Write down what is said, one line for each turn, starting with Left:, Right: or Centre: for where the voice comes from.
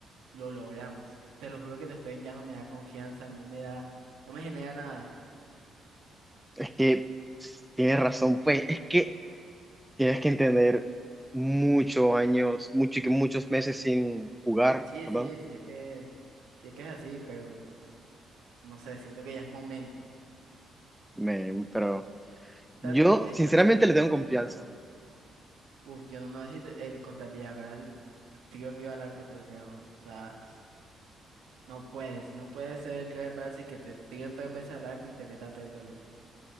Right: lo logramos. Te lo juro que Testen ya no me da confianza, no me da, no me genera nada.
Centre: Es que tienes razón, pues es que tienes que entender muchos años, mucho, muchos meses sin jugar,
Right: Sí,
Centre: ¿verdad?
Right: sí, sí es que, sí es que es así, pero pues, no sé, siento que ya es momento. O
Centre: Me- pero yo
Right: sea, eh,
Centre: sinceramente
Right: ya no hay, no
Centre: le
Right: hay
Centre: tengo
Right: momento
Centre: confianza.
Right: mejor. Uf, yo no, no sé si el contra el Villarreal, pues, tiro que iba al arco, tiro que iba a gol. O sea, No puedes, no puedes ser el quarterback y que te tiren tres veces al arco y te metan tres goles.